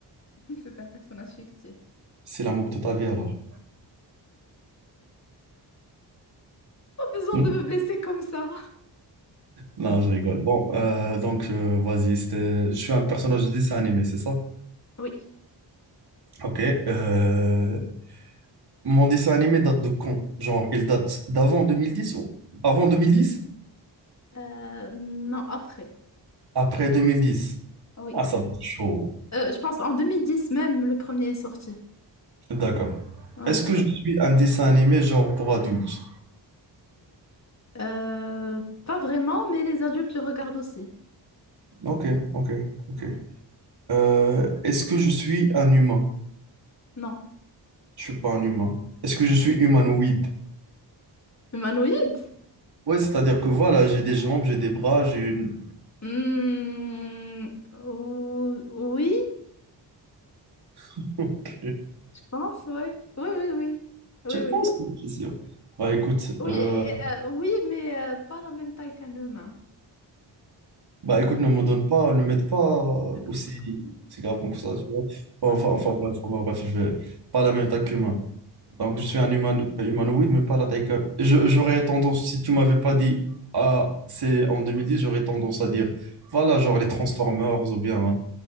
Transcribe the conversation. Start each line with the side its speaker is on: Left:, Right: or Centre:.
Left: <laughs> C'est un personnage fictif.
Right: C'est l'amour de ta vie alors.
Left: Pas besoin
Right: Non,
Left: de me blesser comme ça.
Right: Non, je rigole. Bon, euh, donc euh, vas-y, c'était- je suis un personnage de dessin animé, c'est ça?
Left: Oui.
Right: Ok. euh, Mon dessin animé date de quand? Genre, il date d'avant 2010 ou avant 2010?
Left: Euh, non, après.
Right: Après 2010.
Left: Oui.
Right: Ah, ça va être chaud.
Left: Euh, je pense en 2010 même, le premier est sorti.
Right: D'accord.
Left: Ouais.
Right: Est-ce que je suis un dessin animé genre pour adultes?
Left: Euh, pas vraiment, mais les adultes le regardent aussi.
Right: Ok, ok, ok.
Left: Ouais.
Right: Euh, est-ce que je suis un humain?
Left: Non.
Right: Je suis pas un humain. Est-ce que je suis humanoïde?
Left: Humanoïde?
Right: Ouais, c'est-à-dire que voilà, j'ai des jambes, j'ai des bras, j'ai une...
Left: Hmm, ou- oui,
Right: <laughs> Ok.
Left: je pense, ouais. Oui, oui, oui. Oui,
Right: Je pense
Left: oui.
Right: que c'est sûr. Bah écoute,
Left: Oui,
Right: euh,
Left: et, euh, oui, mais euh, pas la même taille qu'un humain.
Right: bah écoute, ne me donne pas, ne m'aide pas
Left: D'accord,
Right: aussi,
Left: d'accord.
Right: aussi grave que ça, tu vois. Enfin,
Left: Ok.
Right: enfin enfin, bref, enfin, bref, je vais pas à la même taille qu'humain. Donc, je suis un human- humanoïde, mais pas la taille que- Je- J'aurais tendance, si tu m'avais pas dit, ah, c'est en deux mille dix j'aurais tendance à dire, voilà, genre les Transformers, ou bien, hein,